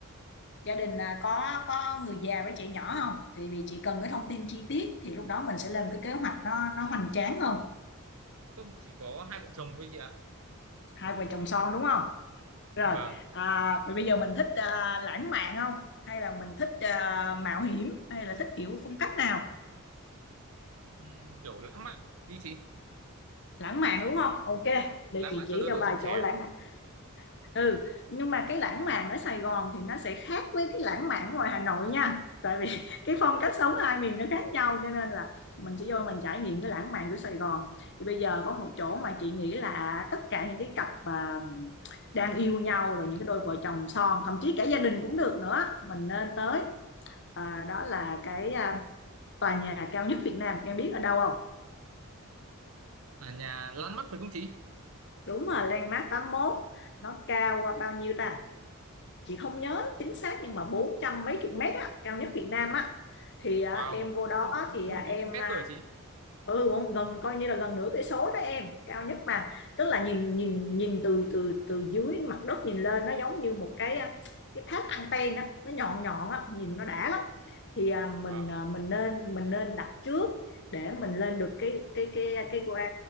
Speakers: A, on the left; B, on the right.
A: Gia đình à, có có người già với trẻ nhỏ không? Thì vì chị cần cái thông tin chi tiết thì lúc đó mình sẽ lên cái kế hoạch nó nó hoành tráng hơn.
B: Không chỉ có hai vợ chồng thôi chị ạ.
A: Hai vợ chồng son đúng không? Rồi,
B: Vâng,
A: à, vậy bây giờ mình thích à, lãng mạn không? Hay là mình thích à, mạo hiểm hay là thích kiểu phong cách nào?
B: Ừm, kiểu lãng mạn đi chị.
A: Lãng mạn đúng không? Ok,
B: Lãng
A: để chị
B: mạn
A: chỉ
B: cho đôi
A: cho
B: vợ
A: vài
B: chồng trẻ.
A: chỗ lãng mạn. ừ nhưng mà cái lãng mạn ở Sài Gòn thì nó sẽ khác với cái lãng mạn ngoài Hà Nội nha tại vì <laughs> cái phong cách sống hai miền nó khác nhau cho nên là mình sẽ vô mình trải nghiệm cái lãng mạn của Sài Gòn thì bây giờ có một chỗ mà chị nghĩ là tất cả những cái cặp mà đang yêu nhau rồi những cái đôi vợ chồng son thậm chí cả gia đình cũng được nữa mình nên tới à, đó là cái à, tòa nhà cao nhất Việt Nam em biết ở đâu không
B: Ở nhà lăn mắt phải không chị?
A: đúng rồi landmark 81 nó cao bao nhiêu ta chị không nhớ chính xác nhưng mà bốn trăm mấy chục mét á cao nhất Việt Nam á thì à,
B: Wow,
A: em vô đó
B: hơn
A: thì
B: hơn
A: à, em
B: bốn trăm mét
A: à,
B: cơ hả chị?
A: ừ bon- gần coi như là gần nửa cái số đó em cao nhất mà tức là nhìn nhìn nhìn từ từ từ dưới mặt đất nhìn lên nó giống như một cái à, cái tháp anten á nó nhọn nhọn á nhìn nó đã lắm thì à,
B: Wow.
A: mình à, mình nên mình nên đặt trước để mình lên được cái cái cái cái qua